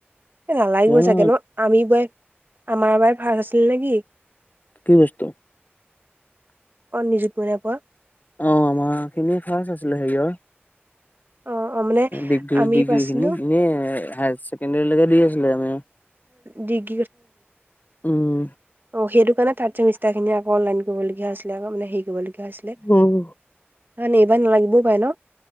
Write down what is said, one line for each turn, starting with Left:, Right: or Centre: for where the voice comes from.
Right: এ নালাগিবই
Left: জানো
Right: চাগে ন আমিবই আমাৰ বাৰ ফাৰ্ষ্ <unintelligible> আছিল নেকি
Left: কি বস্তু?
Right: অ নিযুত মইনা পোৱা।
Left: অ আমাৰ খিনি ফাৰচ আছিলে হেৰিয়ৰ
Right: অ অ মানে
Left: ডিগ্ৰী
Right: আমি
Left: ডিগ্ৰী
Right: পাইছিলো
Left: খিনি এনে হাই ছেকেণ্ডাৰীলেকে দি আছিলে তাৰ
Right: দিগ
Left: উম
Right: অ সেইটো কাৰণে থাৰ্ড চেমিষ্টাৰ খিনি আক অনলাইন কৰিবলগীয়া হৈছিলে মানে আক হেৰি কৰিবলগীয়া ছিলে
Left: উম,
Right: নানে এইবাৰ নালাগিবও পাই ন